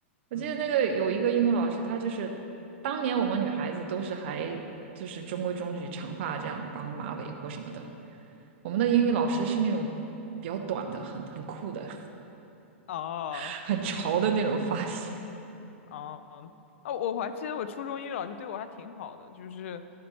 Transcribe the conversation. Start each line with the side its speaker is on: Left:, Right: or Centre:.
Right: 我记得那个有一个英语老师，
Left: 嗯，
Right: 他就是当年我们女孩子都是还就是中规中矩，长发这样绑马尾或什么的，我们的英语老师是那种比较短的，很很酷的，
Left: 哦
Right: <laughs> 很潮的那种发型。
Left: 哦哦，我我还记得我初中英语老师对我还挺好的，就是